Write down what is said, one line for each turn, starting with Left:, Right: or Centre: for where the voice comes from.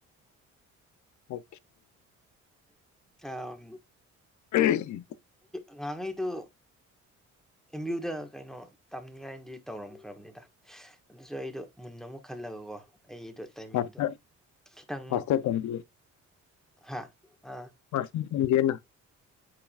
Left: ꯑꯣ
Centre: ꯑ
Left: ꯎꯝ
Centre: ꯉꯥꯡꯉꯩꯗꯨ ꯑꯦꯝ ꯌꯌꯨꯗ ꯀꯩꯅꯣ ꯇꯝꯅꯤꯡꯉꯥꯏꯗꯤ ꯇꯧꯔꯝꯈ꯭ꯔꯕꯅꯤꯗ ꯑꯗꯨꯁꯨ ꯑꯩꯗꯣ ꯃꯨꯟꯅ ꯑꯃꯨꯛ ꯈꯜꯂꯒꯀꯣ ꯑꯩꯗꯣ ꯇꯥꯏꯃꯤꯡꯗꯣ
Left: ꯃꯥꯁꯇꯔ
Centre: ꯈꯤꯇꯪꯃꯨꯛ
Left: ꯃꯥꯁꯇꯔ ꯇꯝꯒꯦ
Centre: ꯍꯥ ꯑꯥ
Left: ꯃꯥꯁꯇꯔ ꯇꯝꯒꯦꯅ